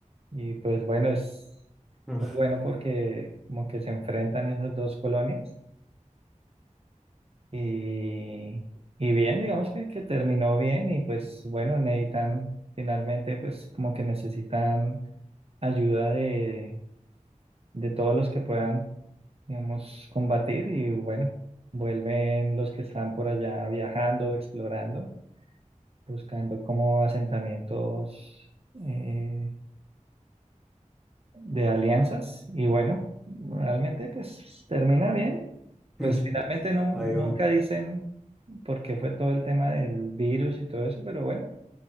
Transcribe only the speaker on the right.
y pues bueno, es
muy bueno porque como que se enfrentan esas dos colonias y, y bien, digamos que, que terminó bien y pues bueno, necesitan finalmente pues como que necesitan ayuda de, de todos los que puedan digamos, combatir y bueno, vuelven los que están por allá viajando, explorando, buscando como asentamientos eh, de alianzas y bueno, realmente pues termina bien.
Pues finalmente no,
nunca
dicen por qué fue todo el tema del virus y todo eso, pero bueno,